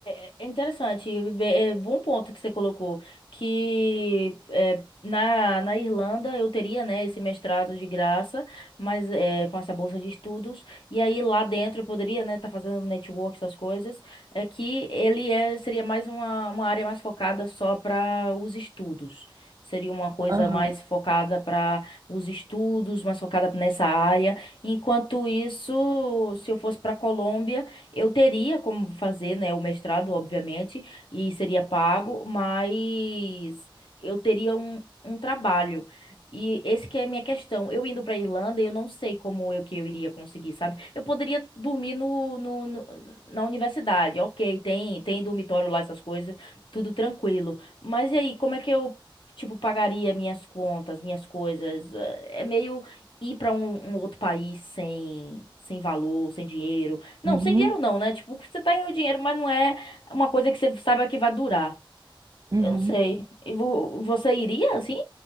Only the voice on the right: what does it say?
Aham.
Uhum.
Uhum.